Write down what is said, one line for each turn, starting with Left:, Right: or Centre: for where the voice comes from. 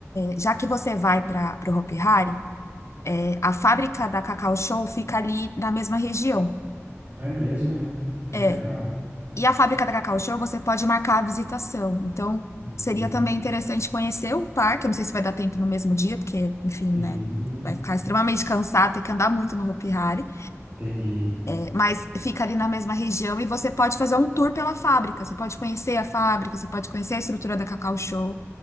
Left: Já que você vai para o Hopi Hari, é, a fábrica da Cacau Show fica ali na mesma região.
Right: é mesmo é que
Left: É.
Right: legal
Left: E a fábrica da Cacau Show você pode marcar a visitação. Então,
Right: Hum,
Left: seria também interessante conhecer o parque. Eu não sei se vai dar tempo no mesmo dia, porque, enfim,
Right: sim
Left: né? Vai ficar extremamente cansado, tem que andar muito no Hopi Hari.
Right: entendi
Left: É, mas fica ali na mesma região e você pode fazer um tour pela fábrica. Você pode conhecer a fábrica, você pode conhecer a estrutura da Cacau Show.